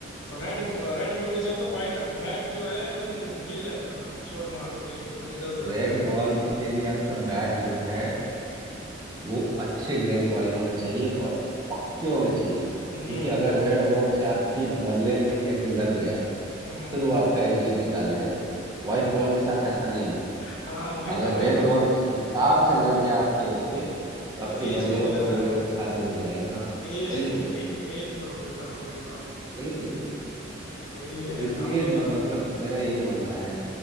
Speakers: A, on the left; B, on the right.
A: और रेड रेड बॉल के साथ तो व्हाइट बैट जो है एकदम हिल जाता था शॉट मार दो तेज तो अगर इधर उधर
B: रेड
A: लग जाए
B: बॉल
A: तो
B: के लिए आपका बैट जो है वो अच्छे ग्रेन्स वाले होने चाहिए और पक्के होने चाहिए क्योंकि
A: हम्म
B: अगर रेड बॉल से आपके बल्ले में एज लग गया
A: हम्म
B: फिर वो आपका एज ही निकाल देगा व्हाइट बॉल के साथ ऐसा नहीं है
A: हाँ हाँ, वही
B: अगर
A: तो वही
B: रेड
A: तो
B: बॉल
A: था
B: हिसाब से लग गया आपके एज पे तो आपके
A: तो एज
B: बल्ले
A: तोड़
B: का
A: देता
B: वो
A: है
B: एज खाते हुए जाएगा हाँ
A: एज
B: बिल्कुल
A: एज तोड़ देता है वो कई बार तो,
B: बिल्कुल बिल्कुल
A: तो वही है
B: तो इसलिए
A: हम लोग
B: म, मतलब मेरा यही मानना है